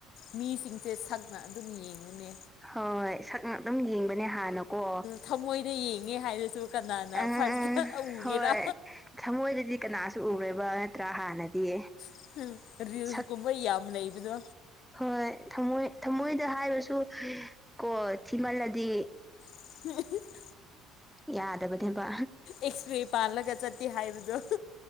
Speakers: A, on the left (about 65°); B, in the centre.
A: ꯃꯤꯁꯤꯡꯁꯦ ꯁꯛꯅ ꯑꯗꯨꯝ ꯌꯦꯡꯕꯅꯦ
B: ꯍꯣꯏ ꯁꯛꯅ ꯑꯗꯨꯝ ꯌꯦꯡꯕꯅꯦ ꯍꯥꯟꯅꯀꯣ
A: ꯊꯃꯣꯏꯗ ꯌꯦꯡꯉꯦ ꯍꯥꯏꯔꯁꯨ ꯀꯅꯥꯅ
B: ꯑꯪ
A: ꯐꯥꯔꯁꯇ
B: ꯑꯪ ꯑꯪ
A: ꯎꯒꯦꯔꯥ
B: ꯍꯣꯏ ꯊꯃꯣꯏꯗꯗꯤ ꯀꯅꯥꯁꯨ ꯎꯔꯣꯏꯕ ꯇ꯭ꯔꯥ ꯍꯥꯟꯅꯗꯤ
A: <unintelligible> ꯔꯤꯜꯁꯀꯨꯝꯕ
B: ꯁꯛ
A: ꯌꯥꯝ ꯂꯩꯕꯗꯣ
B: ꯍꯣꯏ ꯊꯝꯃꯣꯏ ꯊꯃꯣꯏꯗ ꯍꯥꯏꯔꯁꯨ ꯀꯣ ꯊꯤꯃꯜꯂꯗꯤ
A: <unintelligible>
B: ꯌꯥꯗꯕꯅꯦꯕ
A: ꯑꯦꯛꯁ꯭ꯔꯦ ꯄꯥꯜꯂꯒ ꯆꯠꯄꯤ ꯍꯥꯏꯕꯗꯣ